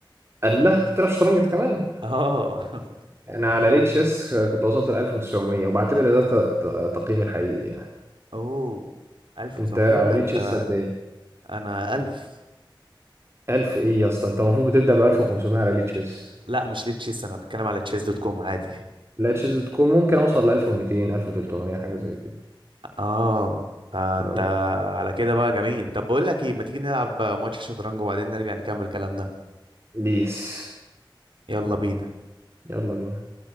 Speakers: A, on the right; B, on the right.
A: الله بتلعب شطرنج انت كمان
B: اه <laughs>
A: انا على ليه تشيس كنت وصلت ل 1900 وبعتبر ده ت- ت- تقييمي الحقيقي يعني
B: اوه 1900
A: انت على
B: ده
A: ليه
B: انت
A: تشيس قد ايه
B: انا 1000
A: 1000 ايه يا اسطى انت المفروض بتبدا ب 1500 على ليه تشيس
B: لا مش لتشيس انا بتكلم على تشيس دوت كوم عادي
A: لاتشز تكون ممكن اوصل ل 1200 1300 حاجه زي كده
B: اه آه،
A: لو-
B: انت على كده بقى جميل طب بقول لك ايه ما تيجي نلعب ماتش شطرنج وبعدين نرجع نكمل كلامنا
A: بيس
B: يلا بينا
A: يلا بينا